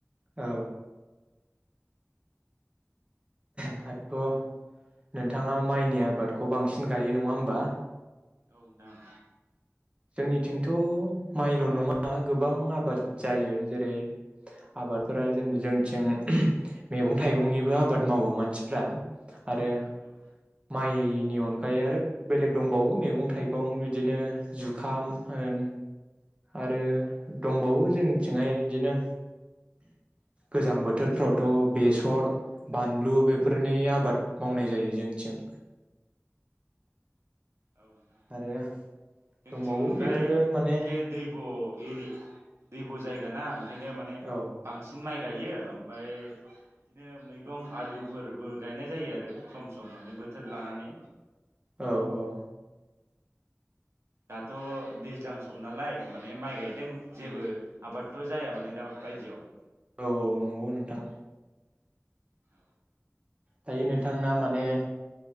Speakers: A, on the right; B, on the right.
A: औ। दाथ' नोंथाङा माइनि आबादखौ बांसिन गायो नङा होमबा?
B: औ नोंथां।
A: जोंनिथिंथ' माइल' नङा गोबां आबाद जायो। जेरै आबादफोरा जेनेबा जोंथिं मैगं थाइगंनिबो आबाद मावो मानसिफ्रा आरो
B: औ
A: माइ नि अनगायै आरो बेलेग दंबावो मैगं थाइगं बिदिनो। जुखाम होन आरो दंबावो जोंथिंहाय बिदिनो गोजां बोथोरफ्रावथ' बेसर बानलु बेफोरनि आबाद मावनाय जायो जोंथिं।
B: औ नोंथां
A: आरो
B: जोंथिंलाय
A: दंबावो बेफोरो माने
B: एसे दैब' एरि दैब' जाय गोनां ओनो माने
A: औ
B: बांसिन माइ गायो ओमफाय बिदिनो मैगं आलुफोरबो गायनाय जायो आरो सम सम माने बोथोर लानानै।
A: औ औ।
B: दाथ' दैज्लां सम नालाय माने माइ गायदों जेबो आबादथ' जाया माने दा बायदियाव।
A: औ औ नंगौ नोंथां।
B: औ।
A: दायो नोंथांना माने